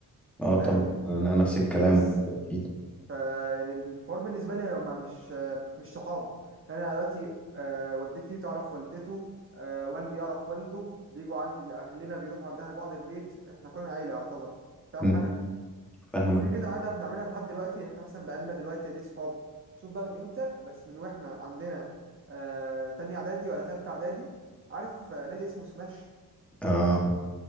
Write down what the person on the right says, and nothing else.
فاهم
بس
فا يعني الحوار بالنسبه لي هما مش مش صحاب يعني انا دلوقتي آه، والدتي تعرف والدته آه، والدي يعرف والده بيجوا عندي اهلنا بيروحوا عند اهل بعض البيت احنا كنا عيله يعتبر فاهم
حاجه
وفي كده عاده بنعملها لحد دلوقتي احنا مثلا بقالنا دلوقتي دي صحاب شوف بقى من امتى بس من واحنا عندنا آه، تانية اعدادي ولا تالتة اعدادي عارف آه، نادي اسمه سماش